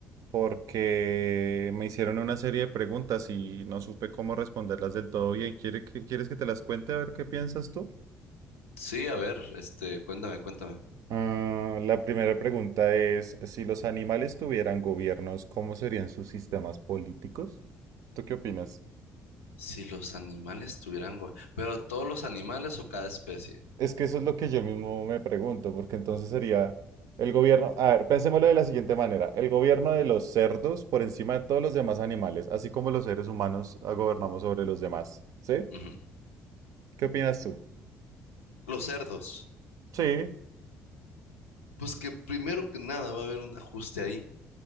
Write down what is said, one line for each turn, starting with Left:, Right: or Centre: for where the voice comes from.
Right: porque me hicieron una serie de preguntas y no supe cómo responderlas del todo bien. ¿Quiere que- ¿Quieres que te las cuente a ver qué piensas tú?
Left: Sí, a ver, este, cuéntame, cuéntame.
Right: Ah, la primera pregunta es, si los animales tuvieran gobiernos, ¿cómo serían sus sistemas políticos? ¿Tú qué opinas?
Left: Si los animales tuvieran... go- Pero todos los animales o cada especie.
Right: Es que eso es lo que yo mismo me pregunto, porque entonces sería el gobierno, a ver, pensémoslo de la siguiente manera, el gobierno de los cerdos por encima de todos los demás animales, así como los seres humanos ah, gobernamos sobre los demás, ¿sí?
Left: Ujú.
Right: ¿Qué opinas tú?
Left: Los cerdos.
Right: Sí,
Left: Pues que primero que nada va a haber un ajuste ahí.